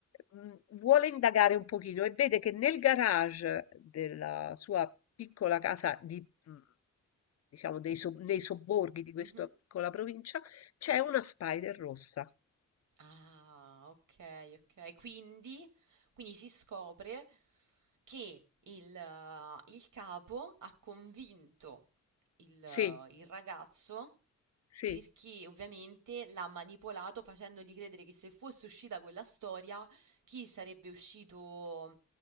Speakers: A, on the left (about 55°); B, on the right (about 85°).
A: mhmm, vuole indagare un pochino e vede che nel garage della sua piccola casa di mhmm, diciamo dei so nei sobborghi di questa
B: Mhm.
A: piccola provincia, c'è una spider rossa.
B: Ah, ok, ok. Quindi, quindi si scopre che il, eh, il capo ha convinto il,
A: Sì,
B: eh, il ragazzo
A: sì,
B: perché ovviamente l'ha manipolato facendogli credere che se fosse uscita quella storia, chi sarebbe uscito,